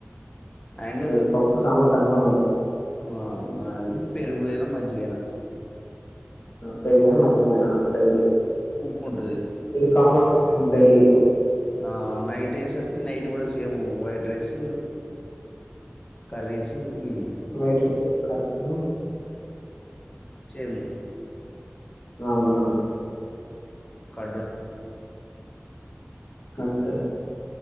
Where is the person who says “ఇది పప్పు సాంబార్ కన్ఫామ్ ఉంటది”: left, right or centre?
Left